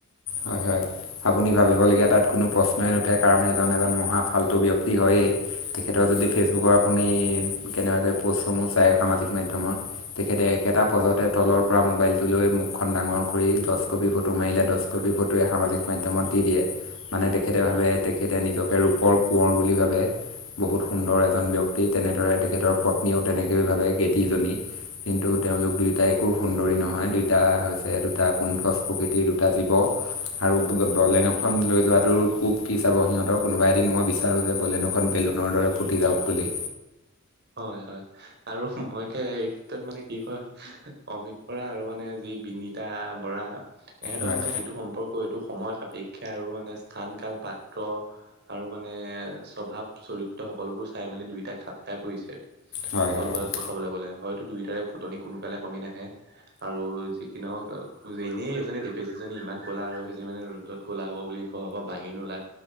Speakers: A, on the left; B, on the right.
A: হয়-হয়। আপুনি ভাবিবলগীয়া তাত কোনো প্ৰশ্নই নুঠে, কাৰণ সেইজন এজন মহা ফাল্টু ব্যক্তি হয়েই। তেখেতৰ যদি ফেচবুকৰ আপুনি কেনেবাকৈ প'ষ্টসমূহ চায় সামাজিক মাধ্যমৰ তেখেতে একেটা পজতে তলৰ পৰা মোবাইলটো লৈ মুখখন ডাঙৰ কৰি দহ কপি ফটো মাৰিলে, দহ কপি ফটোৱে সামাজিক মাধ্যমত দি দিয়ে। মানে তেখেতে ভাবে তেখেতে নিজকে ৰূপৰ কোঁৱৰ বুলি ভাবে। বহুত সুন্দৰ এজন ব্যক্তি, তেনেদৰে তেখেতৰ পত্নীও তেনেকৈ ভাৱে গেদজনী। কিন্তু তেওঁলোক দুয়োটাই একো সুন্দৰী নহয়, দুইটা হৈছে দু এটা কুন্থ প্ৰকৃতিৰ, দুটা জীৱ। আৰু বলেনোখন লৈ যোৱাটো কোব কি চাব, সিহঁতৰ কোনোবা এদিন মই বিচাৰো যে বলেনোখন বেলুনৰ দৰে ফুটি যাওক বুলি।
B: হয় হয় আৰু মই কে এই ক্ষেত্ৰত মানে কি হয় অমিত বৰা আৰু মানে যি বিনীতা বৰা ইহঁতৰ
A: হয়।
B: মানে যিটো সম্প ক এইটো সময় সাপেক্ষে আৰু মানে স্থান কাল পাত্ৰ আৰু মানে স্বভাৱ চৰিত্ৰ সকলোবোৰ চাই মেলি দুইটা খাপ খাই পৰিছে
A: হয়
B: সকলো
A: হয়
B: ফালৰ
A: হয়
B: পৰা চাবলে গলে হয়তো দুইটাৰে ফুটনি কোনোকালে কমি নাহে। আৰু যি কি নহওক যেনেই এজনী ডেপেচিজনী ইমান ক'লা আৰু সেইজনী মানে ৰ'দত ক'লা হ'ব বুলি ঘৰৰ পৰা বাহিৰ নোলায়।